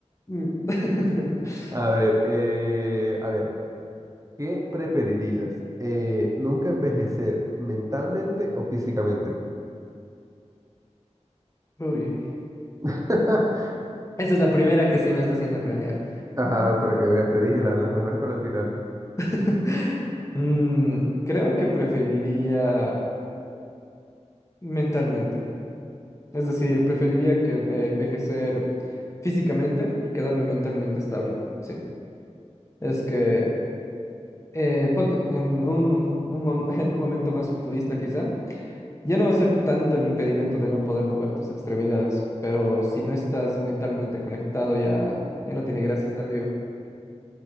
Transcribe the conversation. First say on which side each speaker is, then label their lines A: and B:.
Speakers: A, on the left; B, on the right.
A: Mm. <laughs>
B: A ver, eh, a ver, ¿qué preferirías? Eh, ¿nunca envejecer mentalmente o físicamente?
A: Uy.
B: <laughs>
A: Esa es la primera que sí me está haciendo cranear.
B: Ajá, para que veas, te dije la- las mejores para el final.
A: <laughs> Mm, creo que preferiría mentalmente. Es decir, preferiría que, eh, envejecer físicamente y quedarme mentalmente estable. Sí. Es que, eh, ponte, en un, un mon- <laughs> en un momento más futurista quizá, ya no va a ser tanto el impedimento de no poder mover tus extremidades, pero si no estás mentalmente conectado ya, ya no tiene gracia estar vivo.